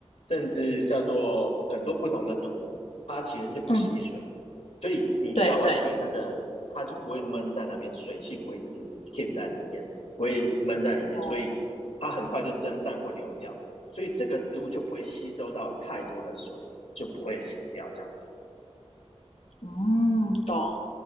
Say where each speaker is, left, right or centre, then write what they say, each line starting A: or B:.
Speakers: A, on the left; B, on the left.
A: 甚至叫做很多不同的土，它其实是不吸水的
B: 嗯，
A: 所以你浇完水，
B: 对对，
A: 那个它就不会闷在那边，水汽不会一直 keep 在里面，不会闷在里面，
B: 哦，
A: 所以它很快就蒸散或流掉，所以这个植物就不会吸收到太多的水，就不会死掉这样子。
B: 嗯，懂。